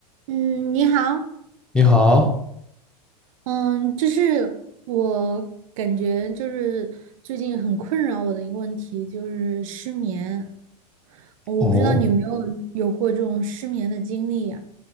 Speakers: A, on the right; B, in the centre.
A: 嗯，你好，
B: 你好，
A: 嗯，就是我感觉就是最近很困扰我的一个问题就是失眠，哦我不知道你有没有有过这种失眠的经历呀、
B: 哦，